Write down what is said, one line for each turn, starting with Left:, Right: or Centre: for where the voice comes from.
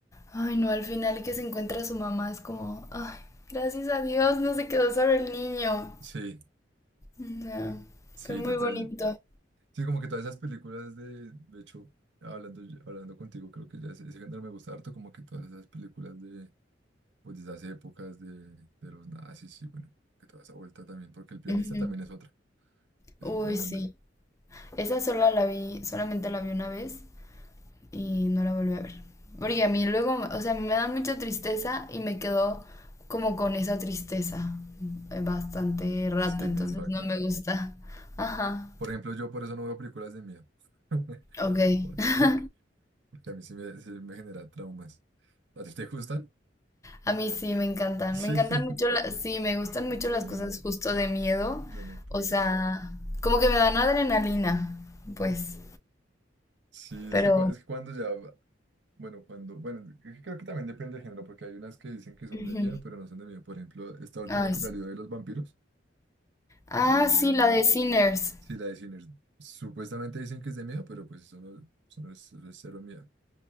Left: ay no, al final que se encuentra su mamá es como, ay, gracias a Dios no se quedó solo el niño.
Right: Sí,
Left: O sea,
Right: sí,
Left: fue muy
Right: total.
Left: bonito.
Right: Sí, como que todas esas películas de, de hecho, hablando, hablando contigo, creo que ya ese, ese género me gusta harto, como que todas esas películas de, pues, de esas épocas de, de los nazis, sí, bueno, que toda esa vuelta también, porque el pianista
Left: Ujú.
Right: también es otra, es
Left: Uy,
Right: otra buena.
Left: sí. Esa sola la vi, solamente la vi una vez y no la volví a ver. Porque a mí luego, o sea, me da mucha tristeza y me quedo como con esa tristeza eh, bastante rato,
Right: Sí,
Left: entonces
Right: te impacta.
Left: no me gusta. Ajá.
Right: Por ejemplo, yo por eso no veo películas de miedo. <laughs>
Left: Ok.
Right: Porque,
Left: <laughs>
Right: porque a mí sí me, sí me genera traumas. ¿A ti te gustan?
Left: A mí sí me encantan.
Right: Sí.
Left: Me encantan
Right: <laughs>
Left: mucho las, sí, me gustan mucho
Right: No,
Left: las
Right: yo
Left: cosas
Right: no,
Left: justo de miedo.
Right: yo no puedo.
Left: O sea, como que me dan adrenalina, pues.
Right: Sí,
Left: Pero
Right: es que, cua- es que cuando ya, bueno, cuando, bueno, es que creo que también depende del género, porque hay unas que dicen que son
Left: ujú.
Right: de miedo, pero no son de miedo. Por ejemplo, esta última
Left: Ay,
Right: que
Left: sí.
Right: salió de los vampiros,
Left: Ah,
Right: eh,
Left: sí, la de Sinners.
Right: sí, la de Sinners, supuestamente dicen que es de miedo, pero pues eso no, eso no es, eso es cero miedo.